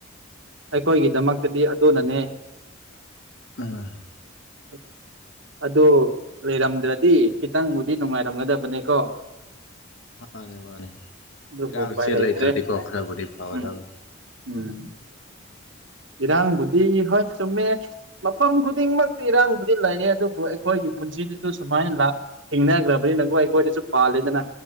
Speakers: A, on the right; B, on the left.
A: ꯑꯩꯈꯣꯏꯒꯤꯗꯃꯛꯇꯗꯤ ꯑꯗꯨꯅꯅꯦ
B: ꯎꯝ
A: ꯎ <unintelligible> ꯑꯗꯨ ꯂꯩꯔꯝꯗ꯭ꯔꯗꯤ ꯈꯤꯇꯪꯕꯨꯗꯤ ꯅꯨꯡꯉꯥꯏꯔꯝꯒꯗꯕꯅꯦꯀꯣ
B: ꯃꯥꯅꯦ ꯃꯥꯅꯦ
A: ꯑꯗꯨꯕꯨ
B: ꯏꯔꯥꯡ
A: ꯎꯄꯥꯏ
B: ꯁꯦ
A: ꯂꯩꯇ꯭ꯔꯦ
B: ꯂꯩꯇ꯭ꯔꯗꯤꯀꯣ ꯈꯔꯕꯨꯗꯤ ꯐꯥꯒꯗꯕꯅꯤ
A: ꯎꯝ ꯎꯝ
B: ꯎꯝ <unintelligible>
A: ꯏꯔꯥꯡ ꯕꯨꯗꯤ ꯍꯣꯏ ꯆꯨꯝꯃꯦ ꯃꯐꯝ ꯈꯨꯗꯤꯡꯃꯛꯇꯤ ꯏꯔꯥꯡꯕꯨꯗꯤ ꯂꯩꯌꯦ ꯑꯗꯨꯕꯨ ꯑꯩꯈꯣꯏꯒꯤ ꯄꯨꯟꯁꯤꯁꯤꯁꯨ ꯁꯨꯃꯥꯏꯅ ꯂꯥꯛ ꯊꯤꯡꯅꯈ꯭ꯔꯕꯅꯤ ꯅꯈꯣꯏ ꯑꯩꯈꯣꯏꯗꯁꯨ ꯄꯥꯜꯂꯦꯗꯅ